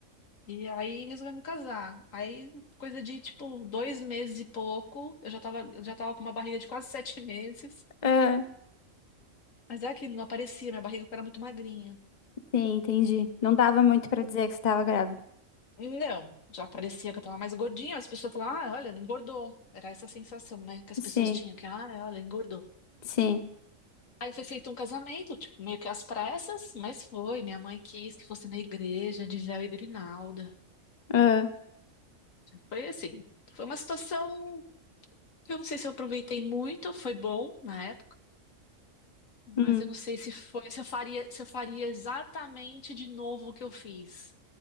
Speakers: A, on the left (about 80°); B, on the left (about 40°).
A: E aí resolvemos casar. Aí, coisa de tipo dois meses e pouco, eu já tava, eu já tava com uma barriga de quase sete meses.
B: ah.
A: Mas é aquilo, não aparecia, minha barriga era muito magrinha.
B: Sim, entendi. Não dava muito pra dizer que você estava grávida.
A: Não, já parecia que eu tava mais gordinha. As pessoas falavam, ah, olha, ela engordou. Era essa a sensação, né, que as
B: Sim,
A: pessoas tinham, que, ah, olha, engordou.
B: sim.
A: Aí foi feito um casamento, tipo, meio que às pressas, mas foi. Minha mãe quis que fosse na igreja, de véu e grinalda.
B: Ah,
A: Foi assim, foi uma situação que eu não sei se eu aproveitei muito, foi bom na época, mas
B: hum,
A: eu não sei se foi, se eu faria, se eu faria exatamente de novo o que eu fiz,